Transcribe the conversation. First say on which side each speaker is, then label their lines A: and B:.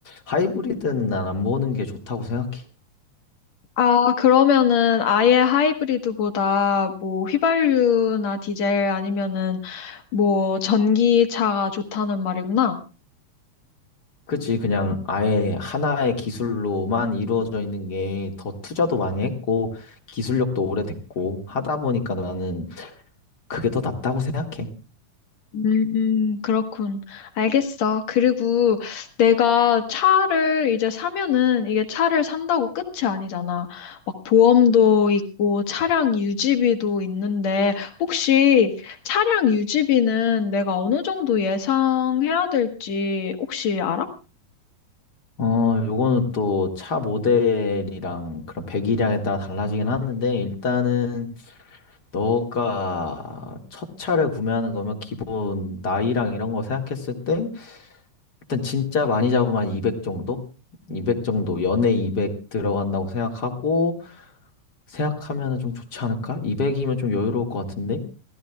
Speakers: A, on the left; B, on the left.
A: 하이브리드는 난 안 보는 게 좋다고 생각해.
B: 아, 그러면은 아예 하이브리드보다 뭐 휘발유나 디젤 아니면은 뭐 전기차가 좋다는 말이구나.
A: 그치, 그냥 아예 하나의 기술로만 이루어져 있는 게 더 투자도 많이 했고, 기술력도 오래됐고, 하다 보니까 나는 그게 더 낫다고 생각해.
B: 음, 음, 그렇군. 알겠어. 그리고 내가 차를 이제 사면은 이게 차를 산다고 끝이 아니잖아. 막 보험도 있고 차량 유지비도 있는데 혹시 차량 유지비는 내가 어느 정도 예상해야 될지 혹시 알아?
A: 어, 요거는 또 차 모델이랑 그런 배기량에 따라 달라지긴 하는데, 일단은 너가 첫 차를 구매하는 거면 기본 나이랑 이런 거 생각했을 때, 일단 진짜 많이 잡으면 한200 정도? 200 정도, 연에 200 들어간다고 생각하고, 생각하면 좀 좋지 않을까? 200이면 좀 여유로울 것 같은데?